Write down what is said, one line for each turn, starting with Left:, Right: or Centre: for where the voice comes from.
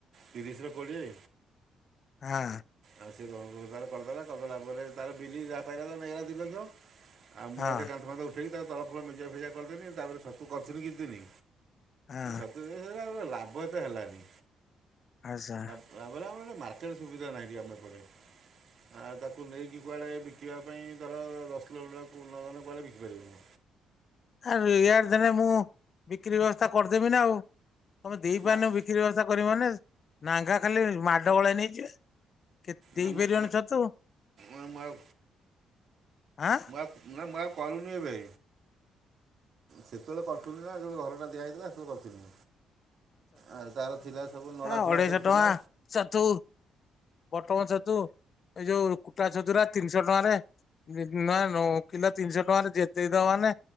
Right: ତିରିଶ ରୁ କୋଡ଼ିଏ।
Left: ହଁ।
Right: ଆଉ ସେ କଣ ଘରଦ୍ୱାର କରିଦେଲା। କରିଦେଲା ପରେ ତାର ବିଲିଙ୍ଗ ଯାହା ପାଇଲା ତା ନେଇଗଲା ଦି ଲକ୍ଷ୍ୟ। ଆଉ ମୁଁ
Left: ହଁ
Right: ଆଉ ଟିକେ କାନ୍ଥ ପାନ୍ଥ ଉଠେଇକି ତାକୁ ତଳଫଳ ମେଜିଆ ଫେଜିଆ କରିଦେନି ତାପରେ ଛତୁ କରିଥିଲି କିଛି ଦିନି।
Left: ହଁ
Right: ଛତୁ ଯେ ସେ ଲାଭ ଏତେ ହେଲାନି।
Left: ଆଚ୍ଛା।
Right: ତାପରେ ଆମର ଏତେ ମାର୍କେଟ ସୁବିଧା ନାହିଁ ଆମ ଏପଟେ ଆଉ ତାକୁ ନେଇକି କୁଆଡ଼େ ବି ବିକିବା ପାଇଁ ଧର ଦଶ କିଲୋମିଟର କୋଉ ନଗଲେ କୁଆଡ଼େ ବିକିପାରିବୁନୁ।
Left: ଆ ଇଆଡ଼େ ଦେନେ ମୁଁ ବିକ୍ରି ବ୍ୟବସ୍ଥା କରିଦେବି ନା ଆଉ। ତମେ ଦେଇ
Right: ମା-
Left: ପାରୁନ ବିକ୍ରି ବ୍ୟବସ୍ଥା କରିବି ମାନେ। ନାଙ୍ଘା ଖାଲି ମାଡ଼ ଗୋଳ ହେଇ ନେଇଯିବେ। କେ ଦେଇପାରିବନି
Right: ନା ମୁଁ-
Left: ଛତୁ।
Right: ନା ମୁଁ ଆଉ
Left: ଆଁ।
Right: ମୁଁ ନା ମୁଁ ଆଉ କରୁନି ଏବେ। ସେତେବେଳେ କରୁଥିଲି ନା ଯେତେବେଳେ ଘରଟା ଦିଆ ହେଇଥିଲା ସେତେବେଳେ କରୁଥିଲି। ଆ ତାର ଥିଲା ସବୁ ନଳା
Left: ଆ
Right: ଫଳା
Left: ଅଢେଇଶହ
Right: ସବୁ
Left: ଟଙ୍କା
Right: ଥିଲା।
Left: ଛତୁ, ବଟମ ଛତୁ ଏଇ ଯୋଉ କୁଟା ଛତୁରା ତିନିଶ ଟଙ୍କାରେ। ନି ନା କିଲୋ ତିନିଶ ଟଙ୍କାରେ ଯେ ଦେଇଦବ ମାନେ